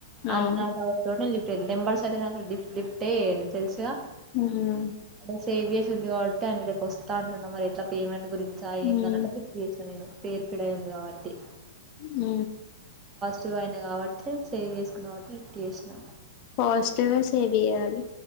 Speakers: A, on the right; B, on the left.
A: అన్న
B: అవును
A: డవ్ట్ తోని టే నెంబర్స్ అయితే డిఫ్ట్ డిఫ్టే చేయను తెలుసుగా
B: హ్
A: అదే సేవ్ చేసి ఉంది కాబట్టి ఆయన రేపు వస్తా అంటుండా మరి ఎట్లా పేమెంట్ గురించా
B: ఉమ్
A: ఏందన్నట్టు లిఫ్ట్ చేసిన నేను పేరు ఫీడైంది కాబట్టి
B: హ్
A: చు ఐనా కాబట్టి సేవ్ చేసుకున్నా కాబట్టి లిఫ్ట్ చేసినా
B: ఫాస్టుగా సేవ్ చేయాలి